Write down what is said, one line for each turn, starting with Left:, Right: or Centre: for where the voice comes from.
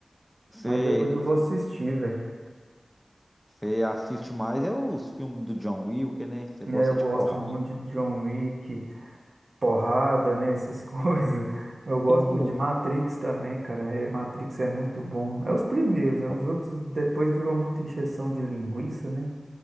Centre: Você
Right: Mas depois eu vou assistir, velho.
Centre: você assiste mais é os filmes do John Wick, né? Você
Right: Né,
Centre: gosta
Right: eu gosto
Centre: de porrada.
Right: muito de John Wick, porrada, né? Essas <laughs> coisas. Eu gosto
Centre: Você
Right: muito de Matrix também, cara. É, Matrix é muito bom. É os primeiros, né?
Centre: não-
Right: Os outros depois virou muita encheção de linguiça, né?